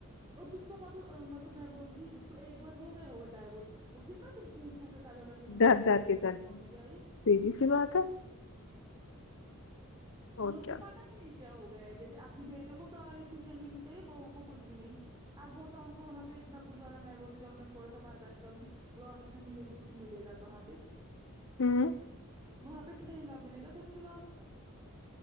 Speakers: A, on the right (about 15°); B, on the left (about 60°).
A: اور جس کو مطلب مطلب میں بولوں گی جس کو ایک بار ہو گیا ہوگا ڈائیورس وہ کتنا پھر پھک پھکے قدم رکھے گا مجھے
B: ڈر
A: کوئی
B: ڈر
A: غلطی
B: کے چلے
A: نہیں ہونی
B: گا،
A: چاہے
B: سیدھی سی بات ہے
A: ان
B: اور
A: لوگوں
B: کیا
A: کو پتا ہی نہیں کیا ہو گیا ہے جیسے اپنی بیٹیوں کو ساری خوشیاں ملنی چاہیے بہو کو کچھ بھی نہیں اب ہوتا ان کو وہاپہ اتنا گزارا میں بولتا چلو میں تھوڑا سا برداشت کروں گی لاسٹ میں مجھے بھی کچھ ملے گا وہاں پہ
B: ہوں
A: وہاں پہ ٹھنگا ملے گا پھر مجھے لاسٹ میں